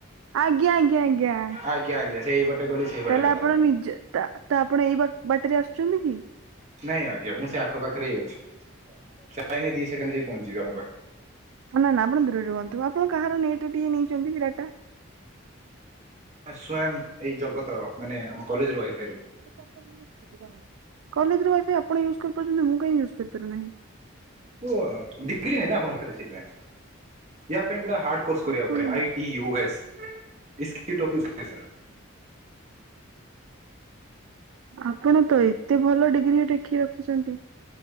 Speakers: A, on the right; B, on the right.
A: ଆଜ୍ଞା ଆଜ୍ଞା ଆଜ୍ଞା।
B: ଆଜ୍ଞା ଆଜ୍ଞା ସେଇ ବାଟେ ଗଲି ସେଇ ବାଟେ
A: ତାହେଲେ
B: ପଳେଇଲା।
A: ଆପଣ ନିଜେ ତା ତା ଆପଣ ଏଇ ବାଟରେ ଆସୁଛନ୍ତି କି?
B: ନାଇଁ ଆଜ୍ଞା ମୁଁ ସେ ଆଖ ପାଖରେ ଇ ଅଛି, ସେଥିପାଇଁ ଦି ସେକେଣ୍ଡ ଯାଇ ପହଞ୍ଚିବି ଆପଣଙ୍କ ପାଖରେ।
A: ନା ନା ଆପଣ ଦୂରରେ ରୁହନ୍ତୁ, ଆପଣ କାହାର ନେଟ ଟିକେ ନେଇଛନ୍ତି କି ଡାଟା?
B: ସ୍ଵୟଂ ଏଇ ଜଗତର ମାନେ! ଆମ କଲେଜ ର ୱାଇଫ୍
A: ହଁ ତୋ କଥା କିଛି ବୁଝି ପାରୁନି। କାଲେଜ ର ୱାଇଫାଇ ଆପଣ ୟୁଜ୍ କରିପାରୁଛନ୍ତି, ମୁଁ କାଇଂ ୟୁଜ୍ କରିପାରୁ ନାହିଁ?
B: ଓ ଆ ଡିଗ୍ରୀ ନାଇ ନା ଆପଣଙ୍କ ପାଖରେ ସେଥିପାଇଁ, ୟା ପାଇଁ ଗୋ ହାର୍ଡ କୋର୍ସ କରିଆକୁ
A: ଆପଣ
B: ପଡ଼େ ଆଇ ପି ୟୁ ଏସ୍, ଇସ୍ କେ ଟୋପି ଉସ୍ କେ ସର୍।
A: ଆପଣ ତ ଏତେ ଭଲ ଡିଗ୍ରୀ ଟେକି ରଖିଛନ୍ତି।